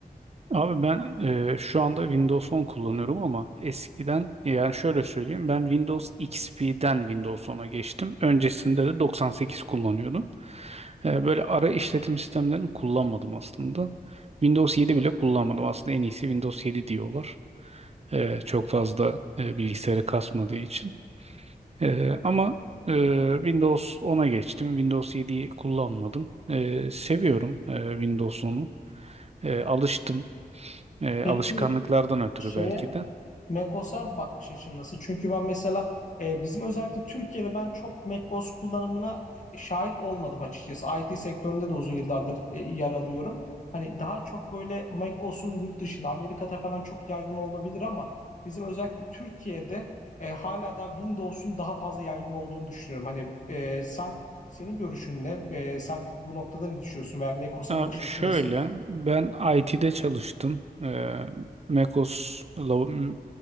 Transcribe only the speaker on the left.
Peki
şeye
macOS'a bakış açın nasıl? Çünkü ben mesela e, bizim özellikle Türkiye'de ben çok macOS kullanımına e, şahit olmadım açıkçası. IT sektöründe de uzun yıllardır e, yer alıyorum. Hani daha çok böyle macOS'un yurt dışında Amerika'da falan çok yaygın olabilir ama bizim özellikle Türkiye'de e, hala da Windows'un daha fazla yaygın olduğunu düşünüyorum. Hani e, sen senin görüşün ne? E, sen bu noktada ne düşünüyorsun veya macOS'a
bakış açın
nasıl?